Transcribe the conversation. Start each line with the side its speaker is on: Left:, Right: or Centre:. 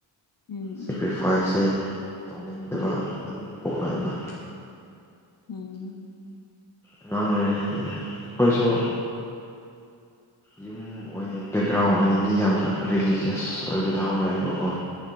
Left: ꯎꯝ
Centre: ꯁꯦꯀ꯭ꯔꯤꯐꯥꯏꯁꯁꯦ ꯇꯧꯅꯤꯡꯗꯕ
Left: ꯎꯝ
Centre: ꯑꯗꯨꯝ ꯄꯣꯛꯂꯛꯏꯕ
Left: ꯎꯝ ꯎꯝ
Centre: ꯑꯉꯥꯡ ꯑꯣꯏꯔꯤꯉꯩꯒꯤ ꯑꯩꯈꯣꯏꯁꯨ ꯌꯨꯝ ꯑꯣꯏꯅ ꯕꯦꯛꯒ꯭ꯔꯥꯎꯟ ꯑꯣꯏꯅꯗꯤ ꯌꯥꯝꯅ ꯔꯤꯂꯤꯖꯤꯁ ꯑꯣꯏꯕꯗ ꯍꯧꯔꯛꯑꯦꯕꯀꯣ